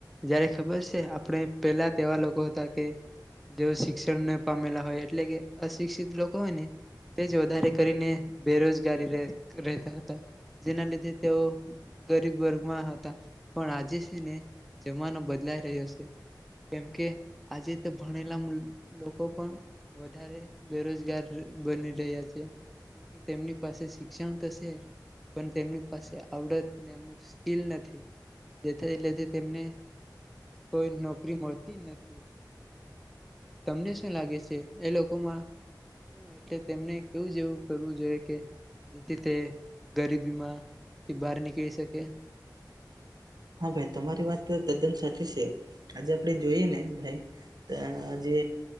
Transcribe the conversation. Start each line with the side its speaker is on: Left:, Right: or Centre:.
Centre: જયારે ખબર છે આપણે પહેલા તેવા લોકો હતા કે જેઓ શિક્ષણ ન પામેલા હોય, એટલે કે અશિક્ષિત લોકો હોય ને તે જ વધારે કરીને બેરોજગારી રહ રહેતા હતા, જેના લીધે તેઓ ગરીબ વર્ગમાં હતા, પણ આજે છે ને જમાનો બદલાઈ રહ્યો છે, કેમકે આજે તો ભણેલા મુલ લોકો પણ વધારે બેરોજગાર બની રહ્યા છે, કેમ કે તેમની પાસે શિક્ષણ તો છે, પણ તેમની પાસે આવડત ને અમુક સ્કીલ નથી, જે <unintelligible> તેમને કોઈ નોકરી મળ તી નથી. તમને શું લાગે છે? એ લોકોમાં શું એટલે તેમને કેવું જેવું કરવું જોઈએ કે જેથી તે ગરીબીમાંથી બહાર નીકળી શકે?
Right: હા ભાઈ તમારી વાત તદ્દન સાચી છે. આજે આપણે જોઈએ ને ભાઈ તો આજે